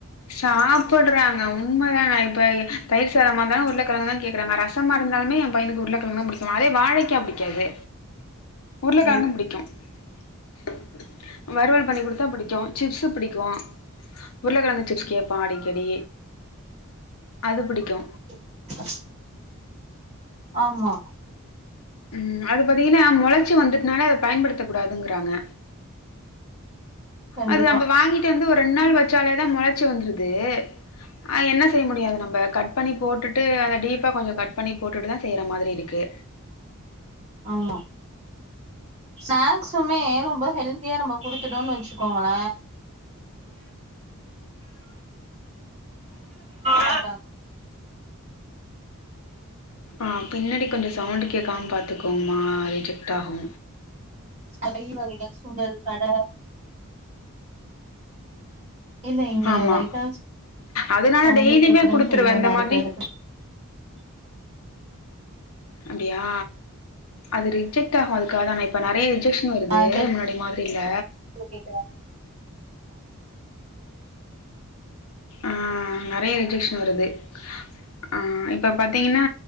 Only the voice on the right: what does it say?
இல்ல
<inaudible> ஆமா
கண்டிப்பா
ஆமா ஸ்நாக்சுமே ரொம்ப ஹெல்தியா நம்ம குடுத்துட்டோன் வச்சிக்கோங்கள மாட்டாங்க
பயிறு வகைகள் சுண்டல் கட இல்ல இங்க
லைட்டா
சவுண்டு
கேக்கதா
செய்யு
நா
இருக்க எடத்துல
நா இருக்க
எடத்துல கேக்குதா